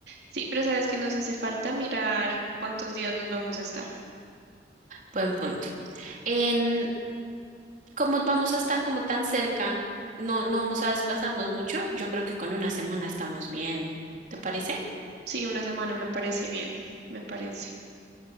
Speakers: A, on the right; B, on the right.
A: Sí, pero sabes que nos hace falta mirar cuántos días nos vamos a estar.
B: Buen punto. En como vamos a estar como tan cerca, no, no vamos a desplazarnos mucho, yo creo que con una semana estamos bien. ¿Te parece?
A: Sí, una semana me parece bien, me parece.